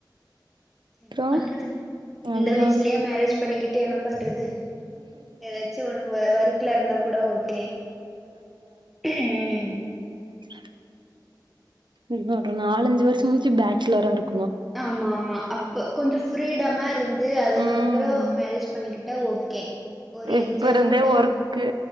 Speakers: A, on the right; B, in the centre.
A: அப்றோ
B: என்ன பண்றது
A: அதுதா
B: இந்த வயசுலே மேரேஜ் பண்ணிக்கிட்டு என்ன பண்ணுறது யாராச்சு வருவர் ஒர்க்ல இருந்தா கூட ஓகே உம்
A: டுக்கு இன்னும் நாலஞ்சு வருஷம் முடிச்சு பேச்சுலரா இருக்கும்
B: ஆமா ஆமா அப் இப்ப கொஞ்சம் ஃப்ரீடமா மா இருந் ந்து அதுக்கப்பறம்
A: ம்
B: மேரேஜ் பண்ணிக்கிட்ட ஓகே ஒரு
A: இப்ப
B: என்ஜாய்
A: இருந்தே
B: கூட
A: ஒர்க்கு